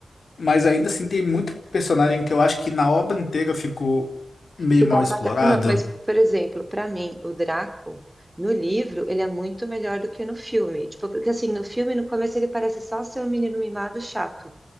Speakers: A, on the left (about 75°); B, on the right (about 15°).
A: Mas ainda assim, tem muito personagem que eu acho que na obra inteira ficou meio
B: ficou
A: mal
B: apagado.
A: explorado.
B: Não, mas, por exemplo, pra mim, o Draco, no livro, ele é muito melhor do que no filme. Tipo, porque assim, no filme, no começo, ele parece só ser um menino mimado chato.